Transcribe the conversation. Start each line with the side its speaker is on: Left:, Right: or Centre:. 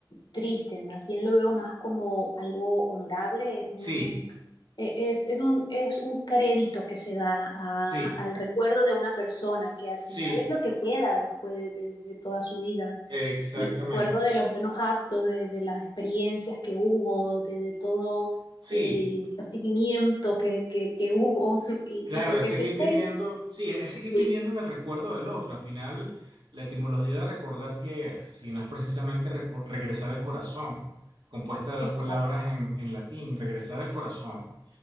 Left: triste, más bien lo veo más como algo honorable, es un,
Right: Sí,
Left: e- es, es un, es un crédito que se da a-
Right: sí,
Left: al recuerdo de una persona que al final
Right: sí,
Left: es lo que queda después de de- de toda su vida.
Right: exactamente.
Left: Y me acuerdo de los buenos actos, de, de las experiencias que hubo, de, de todo
Right: Sí.
Left: el recibimiento que, que, que hubo, <laughs> y,
Right: Claro,
Left: y porque
Right: es seguir
Left: siempre,
Right: viviendo, sí, es seguir
Left: sí,
Right: viviendo en el recuerdo del otro. Al final, la etimología de recordar qué es, si no es precisamente reco- regresar al corazón, compuesta de
Left: exacto,
Right: dos palabras en, en latín, regresar al corazón,